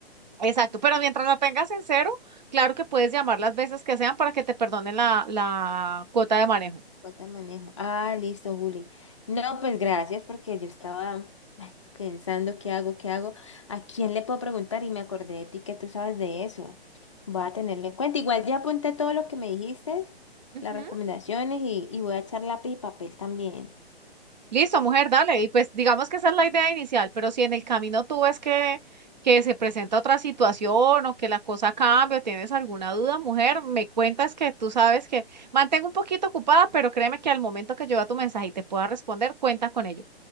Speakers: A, on the right; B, on the left.
A: exacto, pero mientras la tengas en cero, claro que puedes llamar las veces que sean para que te perdonen la, la cuota de manejo.
B: Bota de manejo. Ah, listo, Juli. No, pues gracias porque yo estaba ay, pensando qué hago, qué hago, a quién le puedo preguntar y me acordé de ti que tú sabes de eso. Voy a tenerlo en cuenta. Igual ya apunté todo lo que me dijiste,
A: Ujú.
B: las recomendaciones y, y voy a echar lápiz y papel también.
A: Listo, mujer, dale. Y pues digamos que esa es la idea inicial, pero si en el camino tú ves que, que se presenta otra situación o que la cosa cambia o tienes alguna duda, mujer, me cuentas que tú sabes que mantengo un poquito ocupada, pero créeme que al momento que yo vea tu mensaje y te pueda responder, cuenta con ello.